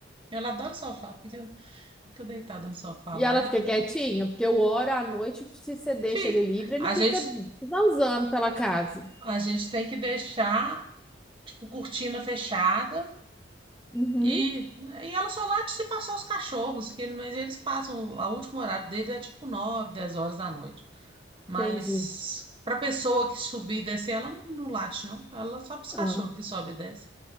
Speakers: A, on the right; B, in the centre.
A: Ela adora o sofá, fica, fica deitada no sofá
B: E
A: lá
B: ela
A: e
B: fica quietinha, porque o hora à noite, se você deixa
A: fica.
B: ele livre, ele
A: A
B: fica
A: gente,
B: zanzando pela casa.
A: a gente tem que deixar, tipo, cortina fechada
B: Uhum,
A: e, e ela só late se passar os cachorros, que ele, mas eles passam, o último horário deles é tipo 9 10 horas da noite. Mas
B: entendi.
A: pra pessoa que subir e descer, ela não, não late, não. Ela só pros cachorros
B: Ah,
A: que sobe e desce.